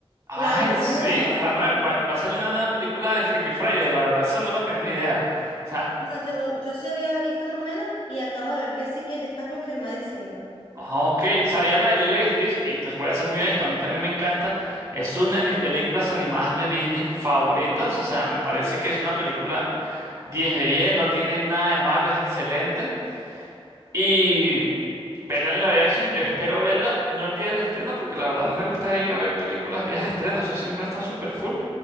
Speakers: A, on the right; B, on the left.
A: Ay,
B: la, u- la
A: sí,
B: nueva.
A: la nueva, va, va a salir una nueva película de Freaky Friday, la verdad, esa no la tenía ni idea. O sea,
B: No, yo, yo sí había visto más o menos y acabo de ver que sí que ya está confirmadísimo.
A: ok, sabía la de Lilo y Stitch y te voy a ser muy honesto, a mí también me encanta. Es una de mis películas animadas de Disney favoritas, o sea, me parece que es una película 10 de 10. no tiene nada de malo, es excelente. Y verla en live action, yo espero verla, no el día del estreno, porque la verdad no me gusta ir a ver películas días de estreno, eso siempre está súper full.